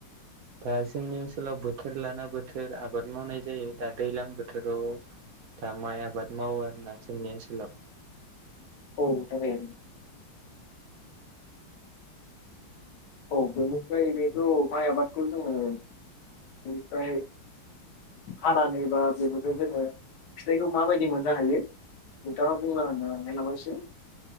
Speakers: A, on the right; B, on the left.
A: प्राय जोंनि ओनसोलाव बोथोर लाना बोथोर आबाद मावनाय जायो दा दैलां बोथोराव दा माइ आबाद मावो आरो ना जोंनि ओनसोलाव
B: औ दाबायां औ बेनिफ्राय बेथ' माइ आबादखौ जोङो बेनिफ्राय हानानै बा बेबोथ' जोङो फिथाइखौ माबायदि मोननो हायो नोथाङा बुंना होनो हानाय नामा एसे